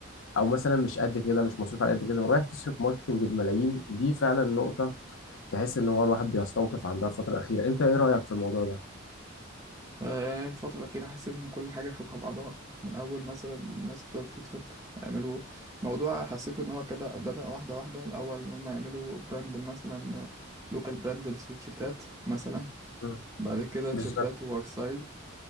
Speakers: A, on the left; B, on the right.
A: او مثلا مش قد كده مش مصروف على قد كده ورايح تصرف ماركتنج بملايين دي فعلا نقطة تحس ان هو الواحد بيستوقف عندها الفترة الأخيرة انت ايه رأيك في الموضوع ده؟
B: آه، يعني الفترة الأخيرة حسيت إن كل حاجة شبه بعضها من أول مثلا الناس بتوع التيك توك يعملوا موضوع حسيته إن هو كده بدأ واحدة واحدة الأول إن هم يعملوا براند مثلا لوكال براند للسويتشيرتات مثلا
A: مم.
B: بعد كده
A: بالظبط
B: تيشيرتات اوفر سايز